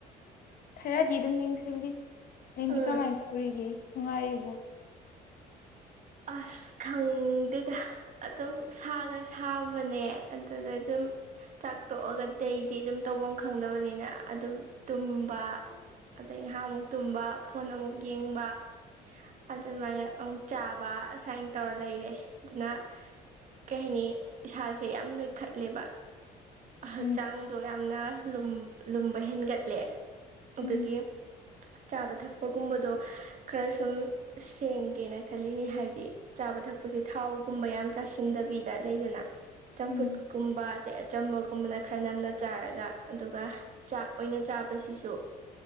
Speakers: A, on the left; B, on the right.
A: ꯈꯔꯗꯤ ꯑꯗꯨꯝ ꯌꯦꯡꯁꯤꯜꯂꯤ ꯅꯪꯗꯤ
B: ꯎꯝ
A: ꯀꯃꯥꯏꯅ ꯇꯧꯔꯤꯒꯦ ꯅꯨꯡꯉꯥꯏꯔꯤꯕꯣ
B: ꯑꯁ ꯈꯪꯗꯦꯗ ꯑꯗꯨꯝ ꯁꯥꯒ ꯁꯥꯕꯅꯦ ꯑꯗꯨꯅ ꯑꯗꯨꯝ ꯆꯥꯛ ꯇꯣꯛꯑꯒ ꯑꯗꯤ ꯑꯗꯨꯝ ꯇꯧꯐꯝ ꯈꯪꯗꯕꯅꯤꯅ ꯑꯗꯨꯝ ꯇꯨꯝꯕ ꯑꯗꯩ ꯉꯍꯥꯛ ꯑꯃꯨꯛ ꯇꯨꯝꯕ ꯐꯣꯟ ꯑꯃꯨꯛ ꯌꯦꯡꯕ ꯑꯗꯨꯃꯥꯏꯅ ꯑꯃꯨꯛ ꯆꯥꯕ ꯁꯨꯃꯥꯏꯅ ꯇꯧꯔ ꯂꯩꯔꯦ ꯑꯗꯨꯅ ꯀꯩ ꯍꯥꯏꯅꯤ ꯏꯁꯥꯁꯦ ꯌꯥꯝ ꯅꯣꯏꯈꯠꯂꯦꯕ ꯍꯛꯆꯥꯡꯗꯣ
A: ꯎꯝ
B: ꯌꯥꯝꯅ ꯂꯨꯝꯕ ꯍꯦꯟꯒꯠꯂꯦ ꯑꯗꯨꯗꯒꯤ
A: ꯎꯝ
B: ꯆꯥꯕ ꯊꯛꯄꯒꯨꯝꯕꯗꯣ ꯈꯔ ꯁꯨꯝ ꯁꯦꯝꯒꯦꯅ ꯈꯜꯂꯤꯅꯤ ꯍꯥꯏꯗꯤ ꯆꯥꯕ ꯊꯛꯄꯁꯦ ꯊꯥꯎꯒꯨꯝꯕ ꯌꯥꯝ ꯆꯥꯁꯤꯟꯗꯕꯤꯗ ꯂꯩꯗꯅ ꯆꯝꯐꯨꯠ
A: ꯎꯝ
B: ꯀꯨꯝꯕ ꯑꯗꯩ ꯑꯆꯝꯕꯛ ꯃꯨꯟꯕꯅ ꯈꯔ ꯅꯝꯅ ꯆꯥꯔꯒ ꯑꯗꯨꯒ ꯆꯥꯛ ꯑꯣꯏꯅ ꯆꯥꯕꯁꯤꯁꯨ